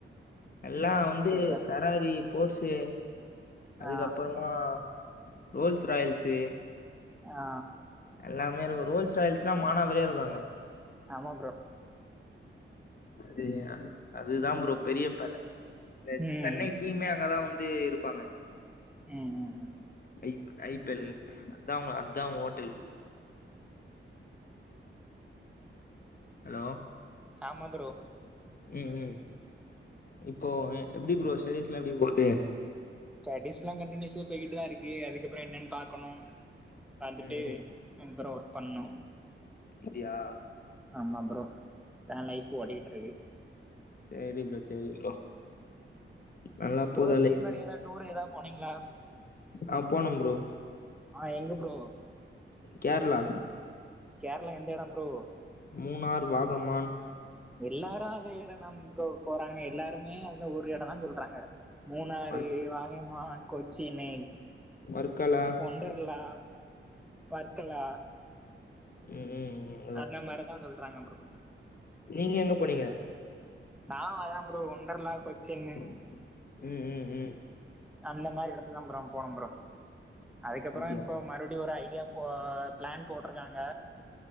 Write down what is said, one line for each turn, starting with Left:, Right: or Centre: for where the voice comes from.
Left: எல்லா வந்து
Centre: சரி ப்ரோ
Left: ஃபெராரி போர்ஸு அதுக்கப்புறமா
Centre: ஆ
Left: ரோல்ஸ் ராயில்ஸு
Centre: ஆ
Left: எல்லாமே இருக்கும் ரோல்ஸ் ராயில்ஸ் ல்லா மானாவரியா இருக்கும் அங்க
Centre: ஆமா ப்ரோ
Left: அது அந் அதுதா ப்ரோ பெரிய பேலஸ் இந்த
Centre: ம்
Left: சென்னை டீமே அங்கதா வந்து இருப்பாங்க
Centre: ம் ம்
Left: ஐ ஐ பேல் அதா உங் அதா ஓட்டல் ஹலோ
Centre: சாமா ப்ரோ
Left: ம் ம் இப்போ எ எப்டி ப்ரோ ஸ்டடிஸ்லா எப்டி போது
Centre: ஸ்டடிஸ்ல்லா கண்டினியூஸ்ஸா போய்கிட்டுதா இருக்கு அதுக்கப்றோ என்னெனு பாக்கணு வந்துட்டு
Left: ம் ம்
Centre: ரெண்டு பேரு ஒர்க் பண்ணோ
Left: அப்டியா
Centre: ஆமா ப்ரோ தா லைஃப் ஓடிகிட் இருக்கு
Left: சேரி ப்ரோ சேரி ப்ரோ நல்லா
Centre: ப்ரோ
Left: போதா
Centre: இதுக்கு
Left: லைஃபு
Centre: முன்னாடி ஏதா டூர் எதா போனீங்ளா
Left: ஆ போனே ப்ரோ
Centre: ஆ எங்க ப்ரோ
Left: கேரளா
Centre: கேரளா எந்த எடோ ப்ரோ
Left: மூனார் வாகமான்
Centre: எல்லாரு அதே எடந்தா ப்ரோ போறாங்க எல்லாருமே அந்த ஒரு எடந்தா சொல்றாங்க மூணாரு
Left: வர்
Centre: வாகைமான் கொச் சினு
Left: வர்க்கலா
Centre: ஒண்டர்லா வர்க்கலா
Left: ம்ம்ம்
Centre: அந்த மார்தா சொல்றாங்க ப்ரோ
Left: நீங்க எங்க போனீங்க
Centre: நா அதா ப்ரோ ஒண்டர்லா கொச்சின்னு
Left: ம் ம் ம்
Centre: அந்த மாரி எடத்துக்குதா ப்ரோ போனோம் ப்ரோ அதுக்கப்றோ
Left: அப்டியா
Centre: இப்போ மறுபடியு ஒரு ஐடியா போ ப்ளன் போட்ருக்காங்க